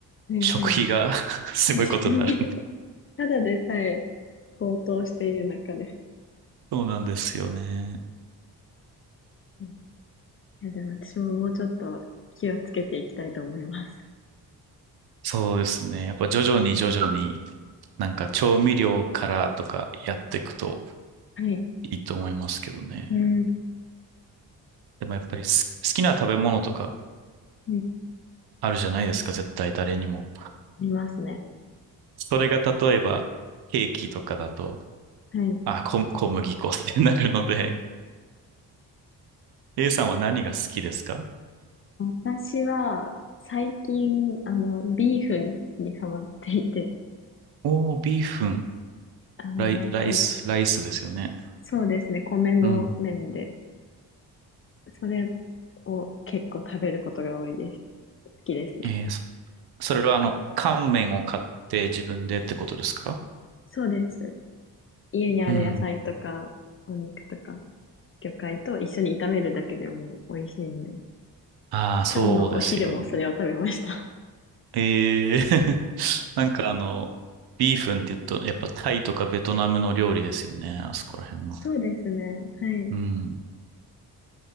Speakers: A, on the left; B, on the right.
A: はいはい。
B: 食費が <laughs> すごいことになる。
A: 確かに。<laughs> ただでさえ高騰している中で。
B: そうなんですよね。
A: うんいや、でも私ももうちょっと気をつけていきたいと思います。
B: そうですね。やっぱ徐々に徐々に、なんか調味料からとかやっていくと
A: はい。
B: いいと思いますけどね。
A: うん。
B: でもやっぱりす好きな食べ物とか
A: はい
B: あるじゃないですか、絶対誰にも。
A: 見ますね。
B: それが例えばケーキとかだと、
A: はい。
B: あ、小、小麦粉ってなるので、A さんは何が好きですか
A: 私は、最近、あの、ビーフンにハマっていて、
B: おー、ビーフン、
A: あの、
B: ライ、ライス、
A: こ、
B: ライスですよね。
A: そうですね、米の麺で。
B: うん。
A: それを結構食べることが多いです。好きですね。
B: えー、そそれはあの、乾麺を買って自分でってことですか
A: そうです。家にある野菜とか、
B: うん。
A: お肉とか、魚介と一緒に炒めるだけでもう美味しいんで。
B: ああ、そうですよね。
A: 今日のお昼もそれを食べました。
B: ええ <laughs> なんかあの、ビーフンって言うと、やっぱタイとかベトナムの料理ですよね。あそこら辺の。
A: <laughs> そうですね。はい。
B: うん。